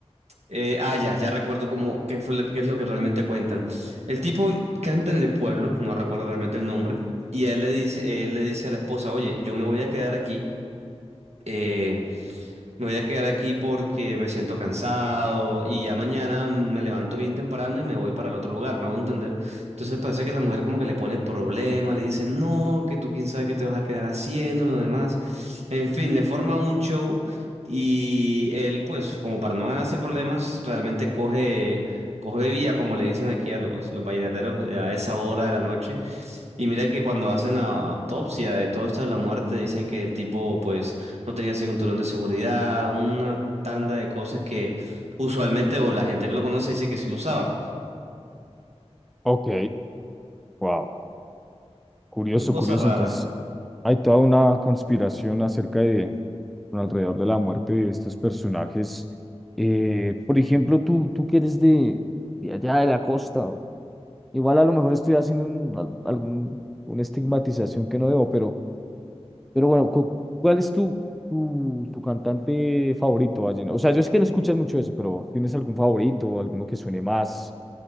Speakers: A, on the right; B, in the centre.
A: Eh, ah, ya, ya recuerdo cómo, qué fue lo- qué es lo que realmente cuentan. El tipo canta en el pueblo, no recuerdo realmente el nombre, y él le dice, él le dice a la esposa, oye, yo me voy a quedar aquí, eh, me voy a quedar aquí porque me siento cansado y ya mañana me levanto bien temprano y me voy para el otro lugar, me hago entender. Entonces parece que la mujer como que le pone problema, le dice, no, que tú quién sabe qué te vas a quedar haciendo, lo demás. En fin, le forma un show y él pues como para no ganarse problemas, realmente coge, coge vía, como le dicen aquí a los, los vallenateros eh, a esa hora de la noche y mira que cuando hacen la autopsia de todo esto de la muerte, dicen que el tipo pues no tenía cinturón de seguridad, una tanda de cosas que usualmente o la gente que lo conoce dice que sí lo usaba.
B: Ok, wow, curioso,
A: Una cosa
B: curioso.
A: rara.
B: Entonces, hay toda una conspiración acerca de, bueno, alrededor de la muerte de estos personajes. Eh, por ejemplo, tú, tú que eres de, de allá de la costa, Igual a lo mejor estoy haciendo un, al- algún, una estigmatización que no debo, pero, pero bueno, cu- ¿cuál es tu, tu, tu cantante favorito, vallenato? O sea, yo sé que no escuchas mucho eso, pero ¿tienes algún favorito, alguno que suene más?